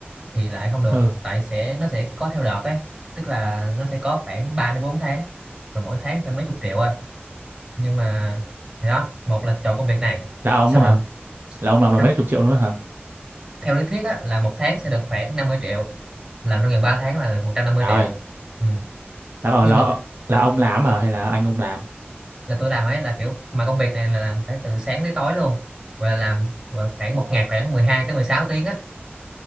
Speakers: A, on the right (about 20°); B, on the right (about 60°).
A: thì lại không được
B: ừ,
A: tại sẽ nó sẽ có theo đợt ấy tức là nó sẽ có khoảng 3 đến 4 tháng mà mỗi tháng khoảng mấy chục triệu á nhưng mà thì đó một là chọn công việc này
B: là ông
A: xong
B: hả?
A: là
B: Là ông làm được
A: sao
B: mấy chục triệu luôn đó hả?
A: theo lý thuyết á là một tháng sẽ được khoảng 50 triệu làm trong vòng 3 tháng là được một trăm năm mươi
B: Trời
A: triệu
B: ơi,
A: ừ.
B: là ờ,
A: nhưng
B: là
A: mà
B: là ông làm hả hay là anh ông làm?
A: là tôi làm ấy là kiểu mà công việc này là làm phải từ sáng tới tối luôn gọi là làm gọi là khoảng
B: Ồ,
A: một ngày khoảng 12 tới 16 tiếng á